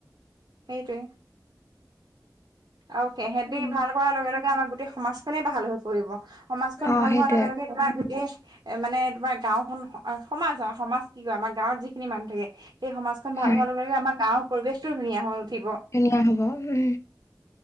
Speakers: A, on the right; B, on the left.
A: সেইটোৱে। আৰু সেহেঁতি
B: উম
A: ভাল কৰাৰ লগে লগে আমাৰ গোটেই সমাজখনেই ভাল হৈ পৰিব। সমাজখন
B: অ
A: ভাল
B: সেইটোৱে
A: হোৱাৰ লগে লগে <unintelligible> মানে তোমাৰ গাঁওখন সমাজ অ' সমাজ কি কয় আমাৰ গাঁৱত যিখিনি মানুহ থাকে, সেই সমাজ ভাল
B: হয়
A: হোৱাৰ লগে লগে আমাৰ গাঁৱৰ পৰিবেশটো ধুনীয়া হৈ উঠিব।
B: ধুনীয়া হ'ব, উম।